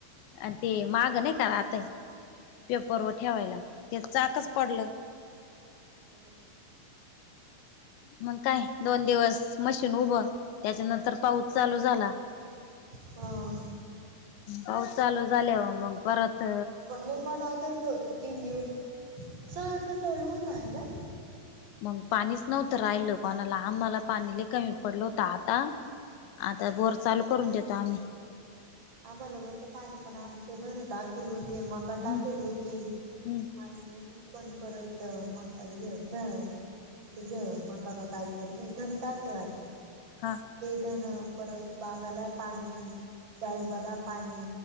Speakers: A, on the left (about 75°); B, on the right (about 25°).
A: आणि ते माग नाही का आताही पेपरवर ठेवायला ते चाकच पडल.
B: आरे
A: मग काय दोन दिवस मशीन उभ त्याच्यानंतर पाऊस चालू झाला.
B: हां
A: पाऊस चालू झालेवर मग परत
B: नाही मनाव धरलं होतं तीन दिवस सारखं चालू होता हाय ना.
A: मग पाणीच नव्हत राहिल कोणाला आम्हाला पाणी लय कमी पडल होत आता. आता बोर चालू करून देतो आम्ही.
B: आम्हाला होत पाणी पण आमचे धन टाकेल होते मग. कटा
A: हम्म
B: केली होती
A: हम्म
B: मायनीं ती पण परत मका ध तुझा ह्यात मका का का काय केलं नाही धन टाकले वाटत.
A: हां
B: ते धण परत बागाला पाणी, डाळिंबाला पाणी.